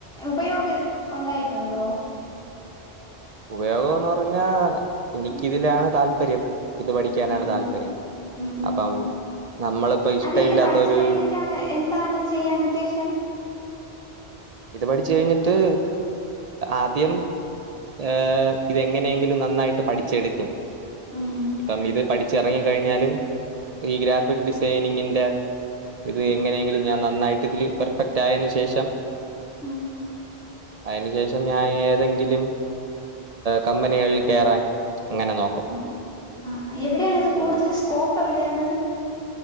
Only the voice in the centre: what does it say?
ഉപയോഗം ഉണ്ടായിട്ടുണ്ടോ?
ആ,
ഉം ഉം
ഉം ഉം
അല്ല ഇത്
<unintelligible> എന്താണ് ചെയ്യാൻ ഉദ്ദേശം?
ഉം ഉം
ഉം
ഉം.
ഉം ആ ഹ, എവിടെയാണ് ഇത്
കൂടുതൽ സ്കോപ്പ് എവിടെയാണ്?